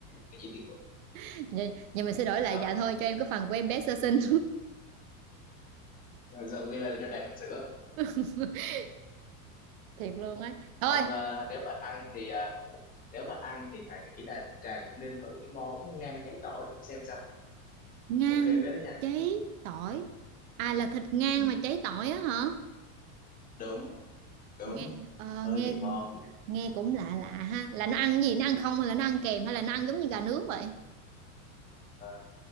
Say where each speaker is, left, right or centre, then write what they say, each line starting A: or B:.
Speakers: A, on the left; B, on the right.
A: cái gì thiệt bự
B: <laughs> Vậy, vậy mình sẽ đổi lại
A: đó
B: dạ thôi cho em cái phần của em bé sơ sinh.
A: Rồi xong đem ra cho trà bình sữa
B: <laughs> Thiệt luôn á. Thôi,
A: ông nếu mà ăn thì ờ, nếu mà ăn thì thầy nghĩ là trà cũng nên thử cái món ngan cháy tỏi thử xem sao
B: ngang
A: ok phết đó nha
B: cháy tỏi. À là thịt ngang
A: ừ,
B: mà cháy tỏi á hả?
A: đúng đúng
B: nghe ờ,
A: hơi
B: nghe
A: bị ngon
B: nghe cũng lạ lạ ha là nó ăn gì nó ăn không hay là nó ăn kèm hay là nó ăn giống như gà nướng vậy
A: Ờ,